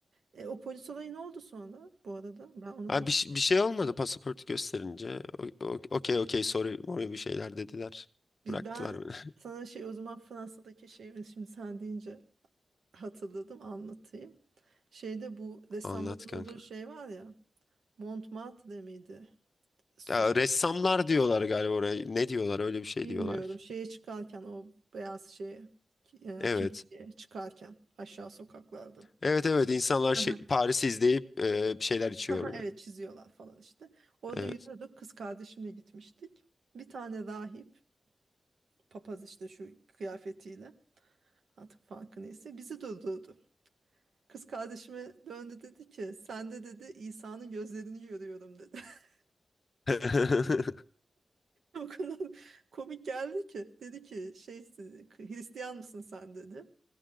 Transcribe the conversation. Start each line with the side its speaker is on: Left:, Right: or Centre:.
Right: E, o polis olayı ne oldu sonra bu arada? Ben onu
Left: Ha,
Right: tak
Left: bir, ş- bir şey olmadı pasaportu gösterince. O- o- Okey okey sorry morry bir şeyler dediler.
Right: Biz,
Left: Bıraktılar
Right: ben
Left: beni.
Right: sana şey o zaman Fransa'daki şeyi şimdi sen deyince hatırladım anlatayım. Şeyde bu
Left: <laughs>
Right: ressamların
Left: Anlat kanka.
Right: olduğu şey var ya. Montmartre miydi? s-
Left: Ya,
Right: şey,
Left: ressamlar diyorlar galiba oraya. Ne diyorlar? Öyle bir şey
Right: bilmiyorum
Left: diyorlar.
Right: şeye çıkarken o beyaz şeye ki- e,
Left: Evet.
Right: kiliseye çıkarken aşağı sokaklarda.
Left: Evet evet insanlar şey,
Right: Aha.
Left: Paris'i izleyip e, bir şeyler içiyor
Right: Aha,
Left: orada.
Right: Evet çiziyorlar falan işte. Orada
Left: Evet.
Right: yürüyorduk. Kız kardeşimle gitmiştik. Bir tane rahip papaz işte şu kıyafetiyle artık farkı neyse bizi durdurdu. Kız kardeşime döndü dedi ki sen de dedi İsa'nın gözlerini görüyorum dedi. <laughs>
Left: <laughs>
Right: O kadar komik geldi ki dedi ki şey Hristiyan mısın sen dedi.